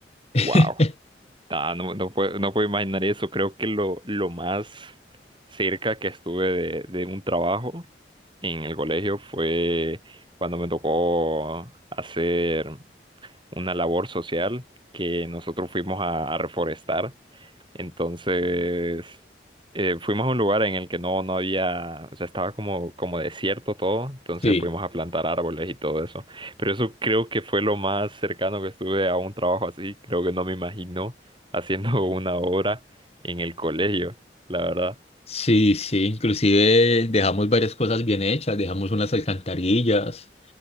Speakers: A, on the left; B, on the right.
A: <laughs>
B: wow. Ah, no, no puedo, no puedo imaginar eso. Creo que lo, lo más cerca que estuve de, de un trabajo en el colegio fue cuando me tocó hacer una labor social que nosotros fuimos a, a reforestar. Entonces, eh, fuimos a un lugar en el que no, no había, o sea, estaba como, como desierto todo, entonces
A: Sí,
B: fuimos a plantar árboles y todo eso. Pero eso creo que fue lo más cercano que estuve a un trabajo así, creo que no me imagino haciendo <laughs> una obra en el colegio, la verdad.
A: sí, sí, inclusive dejamos varias cosas bien hechas, dejamos unas alcantarillas